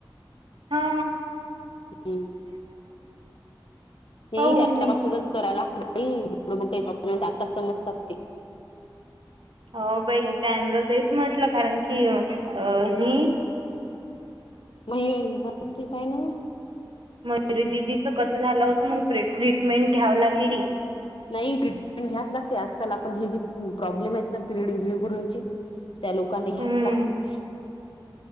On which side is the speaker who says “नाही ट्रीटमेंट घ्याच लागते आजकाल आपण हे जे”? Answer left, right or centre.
Left